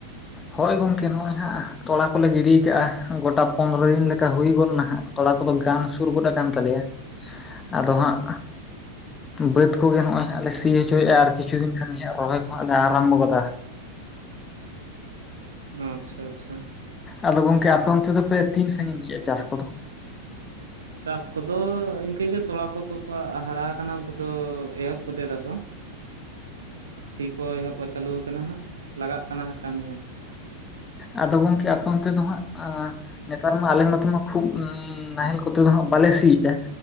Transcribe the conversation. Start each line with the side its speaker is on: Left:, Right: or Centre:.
Left: ᱦᱳᱭ ᱜᱚᱝᱠᱮ ᱱᱚᱜᱼᱚᱭ ᱦᱟᱸᱜ ᱛᱚᱞᱟ ᱠᱚᱞᱮ ᱜᱤᱰᱤᱭ ᱟᱠᱟᱜᱼᱟ ᱜᱚᱴᱟ ᱯᱚᱱᱨᱚ ᱫᱤᱱ ᱞᱮᱠᱟ ᱦᱩᱭ ᱜᱚᱫ ᱱᱟ ᱦᱟᱜ᱾ ᱛᱚᱲᱟ ᱠᱚᱫᱚ ᱜᱟᱱ ᱥᱩᱨ ᱜᱚᱫ ᱟᱠᱟᱱ ᱛᱟᱞᱮᱭᱟ ᱟᱫᱚ ᱦᱟᱸᱜ ᱵᱟᱹᱫᱽ ᱠᱚᱜᱮ ᱱᱚᱜᱼᱚᱭ ᱦᱟᱸᱜ ᱞᱮ ᱥᱤ ᱦᱚᱪᱚᱭᱮᱜᱼᱟ ᱟᱨ ᱠᱤᱪᱷᱩ ᱫᱤᱱ ᱠᱷᱟᱱ ᱜᱮ ᱦᱟᱜ ᱨᱚᱦᱚᱭ ᱠᱚᱦᱟᱜ ᱞᱮ ᱟᱨᱚᱢᱵᱚ ᱜᱚᱫᱟ᱾
Right: ᱚᱸ ᱟᱪᱪᱷᱟ ᱟᱪᱪᱷᱟ᱾
Left: ᱟᱫᱚ ᱜᱚᱝᱠᱮ ᱟᱯᱮ ᱚᱱᱛᱮ ᱫᱚᱯᱮ ᱛᱤᱱ ᱥᱟᱜᱤᱧ ᱠᱮᱜᱼᱟ ᱪᱟᱥ ᱠᱚ ᱫᱚ?
Right: ᱪᱟᱥ ᱠᱚᱫᱚ ᱤᱱᱠᱟᱹ ᱜᱮ ᱛᱚᱲᱟ ᱠᱚᱠᱚ ᱠᱚ ᱦᱟᱨᱟ ᱟᱠᱟᱱᱟ ᱩᱱᱠᱩ ᱛᱚ ᱮᱦᱚᱵ ᱯᱚᱛᱮ ᱫᱟ ᱠᱚ᱾ ᱥᱤ ᱠᱚ ᱮᱦᱚᱵ ᱪᱟᱹᱞᱩ ᱟᱠᱟᱱᱟ ᱦᱟᱸᱜ ᱞᱟᱜᱟᱜ ᱠᱟᱱᱟ ᱦᱟᱸᱜ ᱠᱟᱹᱢᱤ ᱟᱨ ᱪᱮᱫ᱾
Left: ᱟᱫᱚ ᱜᱚᱝᱠᱮ ᱟᱯᱮ ᱚᱱᱛᱮ ᱫᱚ ᱦᱟᱸᱜ ᱟᱸ ᱱᱮᱛᱟᱨ ᱢᱟ ᱟᱞᱮ ᱱᱚᱛᱮ ᱢᱟ ᱠᱷᱩᱵ ᱩᱸ ᱱᱟᱦᱮᱞ ᱠᱚᱛᱮ ᱫᱚ ᱦᱟᱸᱜ ᱵᱟᱞᱮ ᱥᱤᱭᱮᱜᱼᱟ᱾